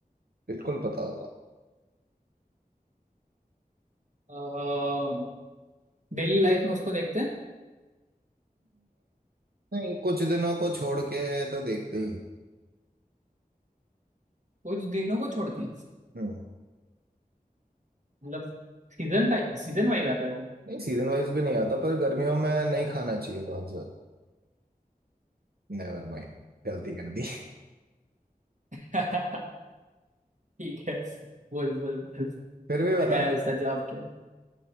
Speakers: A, on the right; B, on the right.
A: बिल्कुल पता होगा
B: है डेली लाइफ में उसको देखते हैं
A: नहीं कुछ दिनों को छोड़ के तो देखते ही
B: कुछ दिनों को छोड़ के
A: हम्म
B: मतलब सीजन टाइप सीजन वाइज आता है वो
A: नहीं सीजन वाइज भी नहीं आता पर गर्मियों में नहीं खाना चाहिए बहुत ज्यादा Never mind गलती कर दी <laughs>
B: <laughs> ठीक है बोल बोल बोल
A: फिर भी बता
B: क्या है उसका जवाब क्या है?